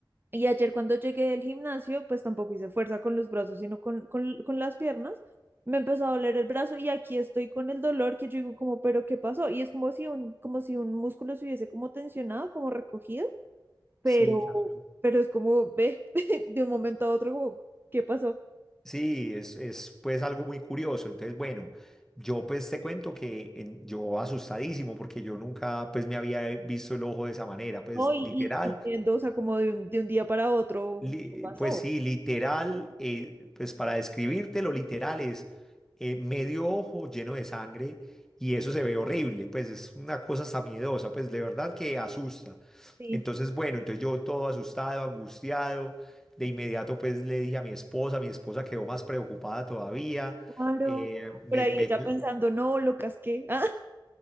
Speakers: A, on the right (about 25°); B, in the centre.
A: y ayer cuando llegué del gimnasio, pues tampoco hice fuerza con los brazos, sino con, con, con las piernas. Me empezó a doler el brazo y aquí estoy con el dolor que yo digo como, pero ¿qué pasó? Y es como si un, como si un músculo se hubiese como tensionado, como recogido, pero,
B: sí, Claro.
A: pero es como, ve, <laughs> de un momento a otro, como, ¿qué pasó?
B: sí, es, es pues algo muy curioso. Entonces, bueno, yo pues te cuento que en- yo asustadísimo porque yo nunca pues me había visto el ojo de esa manera, pues
A: No, y, y
B: literal,
A: corriendo, o sea, como de un, de un día para otro,
B: Li-
A: ¿qué pasó?
B: Pues sí, literal, eh, pues para describirte lo literal es eh, medio ojo lleno de sangre y eso se ve horrible, pues es una cosa hasta miedosa, pues de verdad que asusta.
A: Sí,
B: Entonces, bueno, entonces yo todo asustado, angustiado, de inmediato pues le dije a mi esposa, mi esposa quedó más preocupada todavía,
A: claro.
B: eh, me,
A: Por ahí
B: me-
A: ella pensando, no, lo casqué. <laughs> Ah,